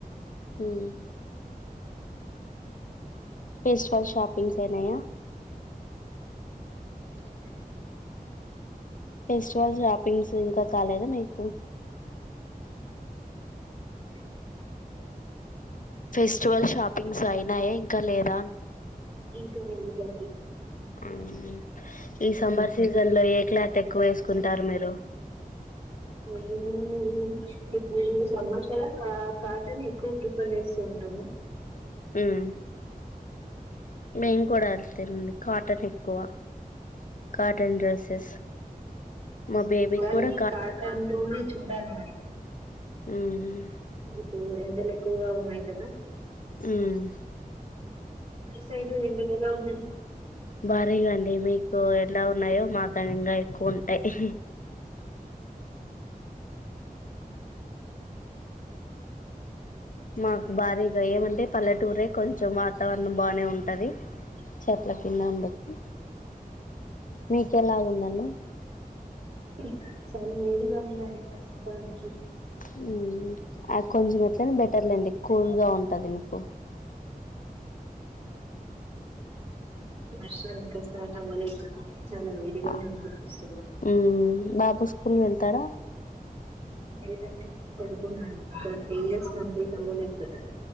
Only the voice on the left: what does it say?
మ్మ్ ఫెస్వల్ షాపింగ్సయినాయ
ఫెస్టివల్ షాపింగ్స్ ఇంకా కాలేదా మీకు
ఫెస్టివల్ షాపింగ్స్ అయినాయా ఇంకా లేదా
అవున ఈ సమ్మర్ సీజన్ లో ఏ క్లాత్ ఎక్కువ వేసుకుంటారు మీరు
హుమ్ మేము కూడా అట్లనే కాటన్ ఎక్కువ కాటన్ డ్రెస్సెస్ మా బేబీకి
కూడా
మ్మ్
మ్మ్
భారీగా అండి మీకు ఎలా ఉన్నాయో మాకని ఇంకా ఎక్కువ ఉంటాయి మాకు భారీగా ఏమంటే పల్లెటూరే కొంచెం వాతావరణం బానే ఉంటది చెట్ల కింద అందుకు మీక ఎలాగుందండి
మ్మ్ కొంచెం ఎట్లైన బెటర్లేండి కూల్గా ఉంటది మీకు
ఆ
మ్ బాబు స్కూల్ వెళ్తాడా